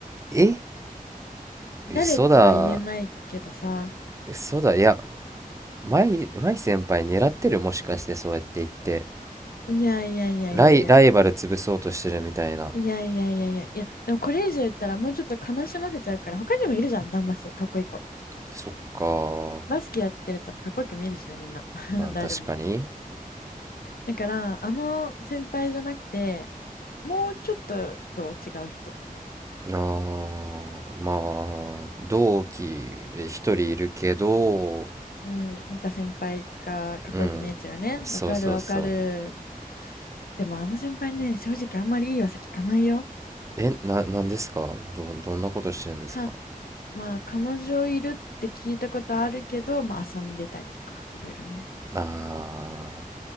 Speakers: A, on the right; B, on the left.
A: え嘘だ
B: 誰とは言えないけどさ。
A: 嘘だいや舞、舞先輩狙ってるもしかしてそうやって言って。
B: いやいやいやいやいや、
A: ライ、ライバル潰そうとしてるみたいな。
B: いやいやいやいやいや、でもこれ以上言ったらもうちょっと悲しませちゃうから、他にもいるじゃん、ダンバス、かっこいい子。
A: そっか。
B: バスケやってるとかっこよく見えるしね、みんな。<laughs>
A: まあ確かに。
B: 誰でも。だから、あの先輩じゃなくて、もうちょっとどう違う人。
A: あー、まあ、同期で一人いるけど、
B: うん、やっぱ先輩がかっこよく見えちゃうよね。
A: うん。そうそうそう。
B: わかるわかる。でもあの先輩ね、正直あんまりいい噂聞かないよ。
A: え、な、なんですかど、どんなことしてるんですか
B: か、まあ彼女いるって聞いたことあるけど、まあ遊んでたりとか、いろいろね。
A: ああ